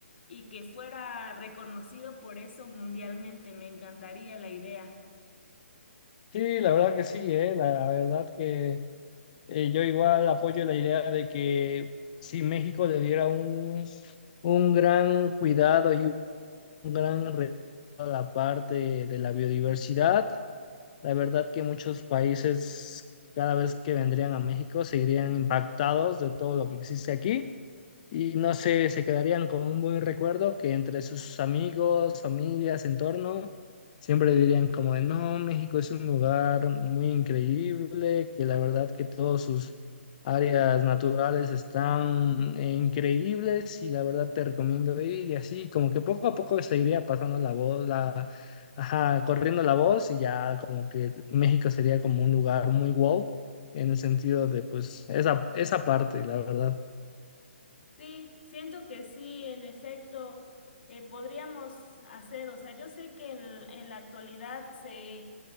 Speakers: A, on the left; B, on the left.
A: y que fuera reconocido por eso mundialmente. Me encantaría la idea.
B: Sí, la verdad que sí, eh, La verdad que eh, yo igual apoyo la idea de que si México le diera un, un gran cuidado y un gran re- a la parte de la biodiversidad, la verdad que muchos países cada vez que vendrían a México seguirían impactados de todo lo que existe aquí. y no sé, se quedarían con un buen recuerdo que entre sus amigos, familias, entorno, siempre dirían como de, no, México es un lugar muy increíble, que la verdad que todos sus áreas naturales están eh, increíbles y la verdad te recomiendo ir y así, como que poco a poco se iría pasando la voz, la, ajá, corriendo la voz y ya como que México sería como un lugar muy wow en el sentido de pues esa, esa parte, la verdad.
A: Sí, siento que sí, en efecto, eh, podríamos hacer, o sea, yo sé que en, en la actualidad se,